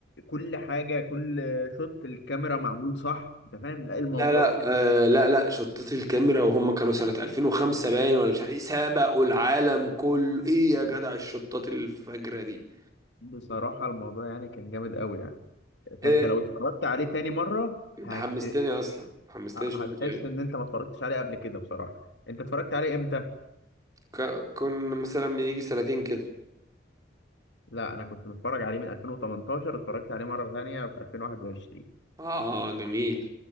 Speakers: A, on the left; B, on the right.
A: كل حاجه كل شوت الكاميرا معمول صح انت فاهم لا الموضوع
B: لا لا
A: كان
B: آه لا لا شطات الكاميرا وهم كانوا سنة 2005 باين ولا مش عارف ايه سبقوا العالم كله ايه يا جدع الشطات الفجرة دي
A: بصراحه الموضوع يعني كان جامد قوي يعني فانت
B: ايه
A: لو اتفرجت عليه تاني مره
B: انت
A: هت...
B: حمستني اصلا حمستني
A: هتحس
B: اشوف تاني
A: ان انت ما اتفرجتش عليه قبل كده بصراحه انت اتفرجت عليه امتى
B: ك- كنا مثلا من يجي سنتين كده
A: لا انا كنت متفرج عليه من 2018 اتفرجت عليه مره ثانيه في 2021
B: اه جميل